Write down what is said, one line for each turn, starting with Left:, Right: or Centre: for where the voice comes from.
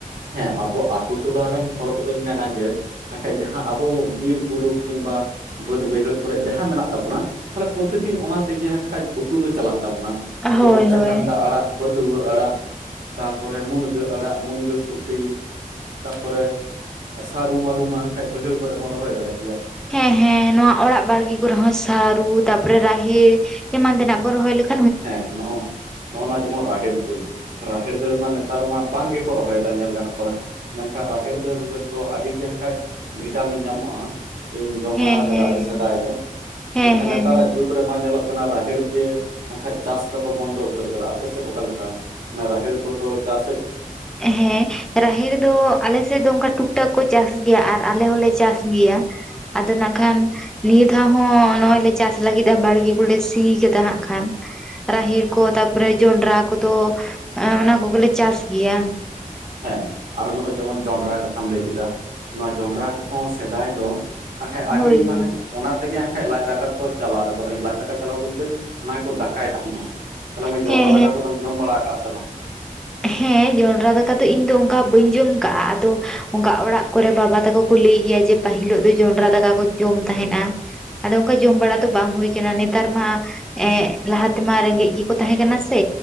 Right: ᱦᱮ ᱟᱵᱚ ᱟᱛᱳ ᱴᱚᱞᱟ ᱨᱮᱱ ᱦᱚᱲ ᱠᱚᱫᱚᱧ ᱢᱮᱱᱟ ᱡᱮ ᱱᱟᱠᱷᱟᱡ ᱡᱟᱦᱟ ᱟᱵᱚ ᱵᱤᱨ ᱵᱩᱨᱩ ᱠᱤᱢᱵᱟ ᱵᱟᱹᱫ ᱵᱟᱹᱭᱦᱟᱹᱲ ᱠᱚᱨᱮᱜ ᱡᱟᱦᱟ ᱢᱮᱱᱟᱜ ᱛᱟᱵᱚᱱᱟ ᱢᱟᱱᱮ ᱯᱚᱛᱤᱫᱤᱱ ᱚᱱᱟ ᱛᱮᱜᱮ ᱦᱟᱸᱜ ᱠᱷᱟᱡ ᱩᱛᱩ ᱫᱚ ᱪᱟᱞᱟᱜ ᱛᱟᱵᱚᱱᱟ᱾
Centre: ᱦᱳᱭ
Right: ᱡᱮᱢᱚᱱ ᱪᱟᱠᱟᱱᱰᱟ
Centre: ᱦᱳᱭ
Right: ᱟᱲᱟᱜ ᱵᱟᱹᱫᱣᱟᱹ ᱟᱲᱟᱜ ᱛᱟᱨᱯᱚᱨᱮ ᱢᱩᱱᱜᱟᱹ ᱟᱲᱟᱜ ᱢᱩᱱᱜᱟᱹ ᱥᱩ ᱩᱴᱤ ᱛᱟᱯᱚᱨᱮ ᱥᱟᱨᱩ-ᱢᱟᱹᱨᱩ ᱢᱟ ᱠᱷᱟᱱᱡ ᱵᱟᱹᱭᱦᱟᱹᱲ ᱠᱚᱨᱮᱜ ᱵᱚᱱ ᱨᱚᱦᱚᱭ ᱫᱟᱲᱮᱜ ᱜᱮᱭᱟ ᱛᱚ᱾
Centre: ᱦᱮ ᱦᱮ ᱱᱚᱣᱟ ᱚᱲᱟᱜ ᱵᱟᱲᱜᱮ ᱠᱚᱨᱮ ᱦᱚ ᱥᱟᱨᱩ ᱛᱟᱯᱚᱨᱮ ᱨᱟᱦᱮᱲ ᱮᱢᱟᱱ ᱛᱮᱱᱟᱜ ᱵᱚᱱ ᱨᱚᱦᱚᱭ ᱞᱮᱠ
Right: ᱦᱮ ᱱᱚᱜ-ᱚ ᱱᱚᱜ-ᱚ ᱱᱚᱣᱟ ᱡᱮᱢᱚᱱ ᱨᱟᱦᱮᱲ ᱫᱟᱹᱞ ᱨᱟᱦᱮᱲ ᱫᱟᱹᱲ ᱢᱟ ᱱᱮᱛᱟᱨ ᱢᱟ ᱵᱟᱝ ᱜᱮ ᱠᱚ ᱨᱚ ᱦᱚᱭᱫᱟ ᱧᱮᱞ ᱜᱟᱱᱚᱜ ᱠᱟᱱᱟ ᱢᱮᱱᱠᱷᱟᱱ ᱨᱟᱦᱮᱲ ᱫᱟᱹᱞ ᱨᱮ ᱫᱚ ᱟᱹᱰᱤ ᱜᱮ ᱦᱟᱠᱷᱟᱡ ᱵᱷᱤᱴᱟᱢᱤᱱ ᱧᱟᱢᱚᱜ-ᱟ᱾ ᱤᱧ ᱡᱚᱢ
Centre: ᱦᱮᱸ
Right: ᱵᱟᱲᱟᱣ ᱠᱟᱫᱟ
Centre: ᱦᱮᱸ
Right: ᱟᱹᱰᱤ
Centre: ᱦᱮᱸ
Right: ᱥᱮᱫᱟᱭ ᱨᱮ
Centre: ᱦᱮᱸ
Right: ᱢᱮᱱᱠᱷᱟᱱ
Centre: ᱦᱮᱸ
Right: ᱱᱮᱛᱟᱨᱟᱜ
Centre: ᱦᱮᱸ
Right: ᱡᱩᱜᱽ ᱨᱮ ᱢᱟ ᱧᱮᱞᱚᱜ ᱠᱟᱱᱟ ᱨᱟᱦᱮᱲ ᱜᱮ ᱱᱟᱠᱷᱟᱡ ᱪᱟᱥ ᱫᱚ ᱠᱚ ᱵᱚᱱᱫᱚ ᱩᱛᱟᱹᱨ ᱠᱟᱫᱟ ᱟᱯᱮ ᱥᱮᱫ ᱚᱠᱟ ᱠᱮᱠᱟ? ᱚᱱᱟ ᱨᱟᱦᱮᱲ ᱠᱚ ᱫᱚ ᱪᱟᱥᱮᱜ
Centre: ᱦᱮ ᱨᱟᱦᱮᱲ ᱫᱚ ᱟᱞᱮ ᱥᱮᱫ ᱫᱚ ᱚᱝᱠᱟ ᱴᱩᱠ-ᱴᱟᱠ ᱠᱚ ᱪᱟᱥ ᱜᱮᱭᱟ ᱟᱨ ᱟᱞᱮ ᱦᱚᱞᱮ ᱪᱟᱥ ᱜᱮᱭᱟ᱾ ᱟᱫᱚ ᱱᱟᱜ ᱠᱷᱟᱱ ᱱᱤᱭᱟᱹ ᱫᱷᱟᱣ ᱦᱚ ᱱᱚᱜᱼᱚᱭ ᱞᱮ ᱪᱟᱥ ᱞᱟᱹᱜᱤᱫ-ᱟ ᱵᱟᱲᱜᱮ ᱠᱚ ᱞᱮ ᱥᱤ ᱠᱟᱫᱟ ᱦᱟᱸᱜ ᱠᱷᱟᱱ᱾ ᱨᱟᱦᱮᱲ ᱠᱚ ᱛᱟᱯᱚᱨᱮ ᱡᱚᱱᱰᱨᱟ ᱠᱚ ᱫᱚ ᱚᱱᱟ ᱠᱚᱜᱮ ᱞᱮ ᱪᱟᱥ ᱜᱮᱭᱟ᱾
Right: ᱦᱮ ᱟᱨᱚ ᱱᱚᱜ-ᱚᱭ ᱡᱮᱢᱚᱱ ᱡᱚᱱᱰᱨᱟ ᱠᱟᱛᱷᱟᱢ ᱞᱟᱹᱭ ᱠᱮᱫᱟ ᱱᱚᱣᱟ ᱡᱚᱱᱰᱨᱟ ᱠᱚᱦᱚ ᱥᱮᱫᱟᱭ ᱫᱚ ᱟᱪᱪᱷᱟᱡ ᱟᱰᱤ
Centre: ᱦᱳᱭ ᱦᱳᱭ
Right: ᱢᱟᱱᱮ ᱚᱱᱟ ᱛᱮᱜᱮ ᱦᱟᱠᱷᱟᱡ ᱞᱟᱡ ᱫᱟᱠᱟ ᱫᱚᱠᱚ ᱪᱟᱞᱟᱣ ᱛᱟᱠᱚ ᱛᱟᱦᱮᱫ ᱞᱟᱡ ᱫᱟᱠᱟ ᱪᱟᱞᱟᱣ ᱵᱚᱞᱛᱮ ᱚᱱᱟ ᱠᱚ ᱫᱟᱠᱟᱭ ᱛᱟᱦᱮᱫᱼᱟ ᱛᱟᱦᱚᱞᱮ ᱢᱟᱹᱭ ᱡᱚᱸᱰᱨᱟ
Centre: ᱦᱮᱸ
Right: ᱫᱟᱠᱟ ᱠᱚᱫᱚᱢ ᱡᱚᱢ ᱵᱟᱲᱟ ᱟᱠᱟᱜᱼᱟ ᱥᱮ ᱵᱟᱝ?
Centre: ᱦᱮ ᱡᱚᱱᱰᱨᱟ ᱫᱟᱠᱟ ᱫᱚ ᱤᱧ ᱫᱚ ᱚᱱᱠᱟ ᱵᱟᱹᱧ ᱡᱚᱢ ᱟᱠᱟᱜᱼᱟ ᱟᱫᱚ ᱚᱱᱠᱟ ᱚᱲᱟᱜ ᱠᱚᱨᱮ ᱵᱟᱵᱟ ᱛᱟᱠᱚ ᱠᱚ ᱞᱟᱹᱭ ᱜᱮᱭᱟ ᱡᱮ ᱯᱟᱹᱦᱤᱞᱳᱜ ᱫᱚ ᱡᱚᱱᱰᱨᱟ ᱫᱟᱠᱟ ᱠᱚ ᱡᱚᱢ ᱛᱟᱦᱮᱜ-ᱟ ᱟᱫᱚ ᱚᱱᱠᱟ ᱡᱚᱢ ᱵᱟᱲᱟ ᱫᱚ ᱵᱟᱝ ᱦᱩᱭ ᱟᱠᱟᱱᱟ ᱱᱮᱛᱟᱨ ᱢᱟ ᱮ ᱞᱟᱦᱟ ᱛᱮᱢᱟ ᱨᱮᱜᱮᱡ ᱜᱮ ᱛᱟᱦᱮ ᱠᱟᱱᱟ ᱥᱮ